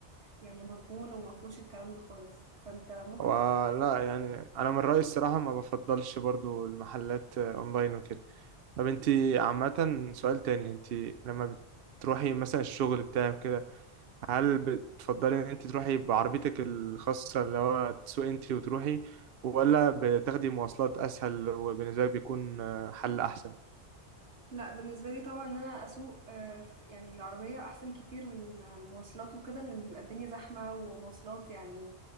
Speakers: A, on the right; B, on the right.
A: يعني مضمون ومفهوش الكلام ده خالص فانت ممكن
B: ولا يعني انا من رأيي الصراحة ما بفضلش برضو المحلات آه، اونلاين وكده طب انت عامة سؤال تاني انت لما بتروحي مثلا الشغل بتاعك كده هل بتفضلي ان انت تروحي بعربيتك الخاصة اللي هو تسوقي انت وتروحي ولا بتاخدي مواصلات اسهل وبالنسبة لك بيكون آه، حل احسن
A: لا بالنسبة لي طبعا ان انا اسوق آه، ف- يعني بالعربية احسن كتير من مواصلات وكده لان بيبقى الدنيا زحمة ومواصلات يعني